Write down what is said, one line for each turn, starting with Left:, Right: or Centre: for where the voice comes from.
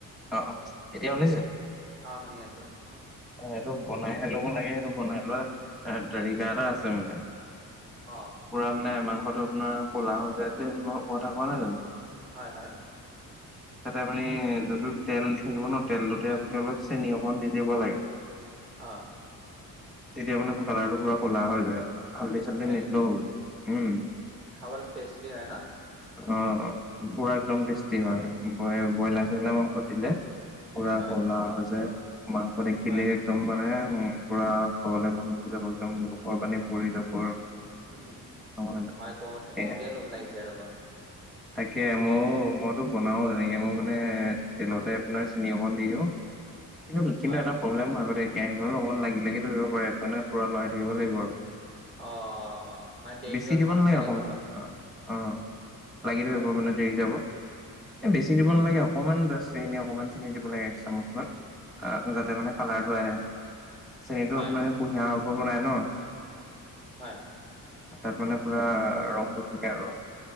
Centre: অ অ এতিয়া শুনিছে
Right: অ', শুনি আছোঁ।
Centre: অ', সেইটো বনাই হে ল'ব লাগে। সেইটো বনাই লোৱা তৰিকা এটা আছে মানে।
Right: অ'।
Centre: পুৰা মানে মাংসটো আপোনাৰ ক'লা হৈ যায় যে, সেইটো মাংসৰ কথা কোৱা নাই জানোঁ?
Right: হয়, হয়।
Centre: তাতে আপুনি যোনটো তেল থাকিব ন, তেলটোতে আপুনি অলপ চেনি অকণ দিব। দিব লাগে।
Right: অ'।
Centre: তেতিয়া মানে কালাৰটো পুৰা ক'লা হৈ যায়, হাল্দি, চাল্দি
Right: হয়
Centre: নিদিলেও
Right: নেকি
Centre: হ'ব। উম্।
Right: খাবলৈ টেষ্টি হয় ন?
Centre: অ'অ', পুৰা একদম টেষ্টি হয়। ব্ৰইলাৰ-চইলাৰ মাংসত দিলে। পুৰা
Right: হয়
Centre: ক'লা হৈ যায়, মাংস দেখিলেই
Right: হয়
Centre: এক একদম মানে পুৰা খাবলৈ মন গুচি যাব, একদম মোখৰ পানী পৰি যাব আৰু।
Right: উম্, উম্,
Centre: নহয় ন?
Right: ভাই কওঁতে-কওঁতে
Centre: এ
Right: লোভ লাগিছে ৰ'বা।
Centre: তাকে মইয়ো, মইতো বনাও তেনেকে। মই মানে তেলতে আপোনাৰ চেনি অকন দি দিওঁ। কিন্তু, কিন্তু
Right: হয়
Centre: এটা প্ৰব্লেম হয় আকৌ দেই, কেৰাহীখনত অকণ লাগি লাগি ধৰিব পাৰে। সেইটোকাৰনে পুৰা লৰাই থাকিব লাগিব আৰু।
Right: অ', মানে দেৰি
Centre: বেছি
Right: যোৱাৰ
Centre: দিব
Right: চান্স
Centre: নালাগে
Right: থাকে
Centre: অকমান
Right: ন' অলপ?
Centre: অ অ লাগি ধৰিব
Right: হয় হয়
Centre: মানে দেৰি যাব,
Right: উম
Centre: এ বেচি দি ব নালাগে অকমান জাচ চেনী অকমান চেনি দিব লাগে এক চামুচ মান আ,
Right: উম
Centre: যাতে মানে কালাৰটো আহে, চেনিটো
Right: হয়
Centre: আপোনাৰ কুঁহিয়াৰৰ <unintelligible> বনাই ন।
Right: হয়।
Centre: তাত মানে পুৰা <unintelligible> থাকে আৰু।